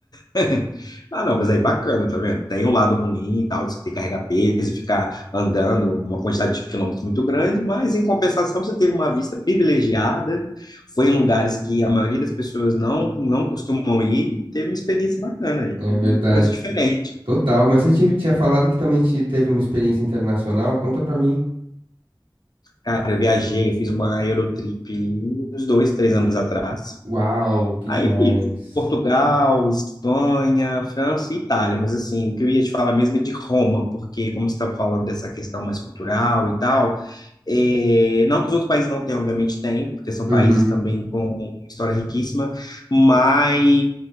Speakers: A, on the left; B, on the right.
A: <laughs> Ah, não, mas aí bacana, tá vendo? Tem um lado ruim e tal, de você ter que carregar peso, ficar andando uma quantidade de quilômetros muito grande, mas em compensação você teve uma vista privilegiada, foi em lugares que a maioria das pessoas não, não costumam ir, teve uma experiência bacana aí,
B: É
A: e
B: verdade.
A: coisa diferente.
B: Total, mas você ti- tinha falado que também te- teve uma experiência internacional? Conta pra mim.
A: Cara, eu viajei, eu fiz uma Eurotrip uns dois, três anos atrás.
B: Uau, que
A: Aí
B: demais.
A: fiz Portugal, Espanha, França e Itália, mas assim, o que eu ia te falar mesmo é de Roma, porque como você estava falando dessa questão mais cultural e tal, é, não que os outros países não tenham, obviamente tem, porque são
B: Uhum.
A: países também com história riquíssima, mas